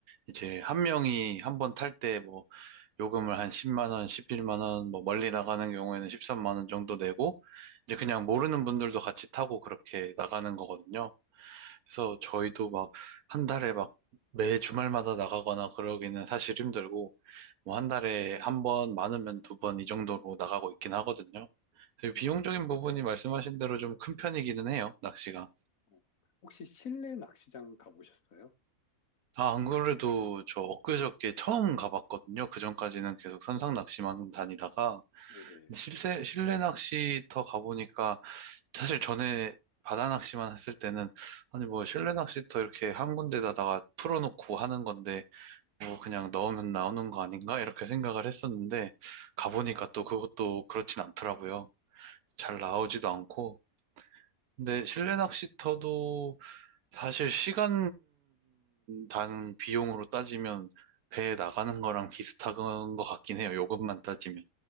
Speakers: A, on the right (about 80°); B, on the left (about 65°).
A: 이제 한 명이 한 번 탈때뭐 요금을 한 10만 원, 11만 원, 뭐 멀리 나가는 경우에는 13만 원 정도 내고 이제 그냥 모르는 분들도 같이 타고 그렇게 나가는 거거든요. 그래서 저희도 막 한 달에 막 매 주말마다 나가거나 그러기는 사실 힘들고 뭐 한 달에 한 번, 많으면 두 번 이 정도로 나가고 있긴 하거든요. 그래서 비용적인
B: 음,
A: 부분이 말씀하신 대로 좀 큰 편이기는 해요, 낚시가.
B: 어, 혹시 실내 낚시장 가보셨어요?
A: 아, 안 그래도 저 엊그저께 처음 가봤거든요. 그전까지는 계속 선상 낚시만 다니다가
B: 네네.
A: 실내, 실내 낚시터 가보니까 사실 전에 바다 낚시만 했을 때는 아니 뭐 실내 낚시터 이렇게 한 군데다가 풀어놓고 하는 건데 뭐 그냥 넣으면 나오는 거 아닌가 이렇게 생각을 했었는데 가보니까 또 그것도 그렇진 않더라고요. 잘 나오지도 않고 근데
B: 음,
A: 실내 낚시터도 사실 시간 단 비용으로 따지면 배에 나가는 거랑 비슷한 것 같긴 해요. 요금만 따지면.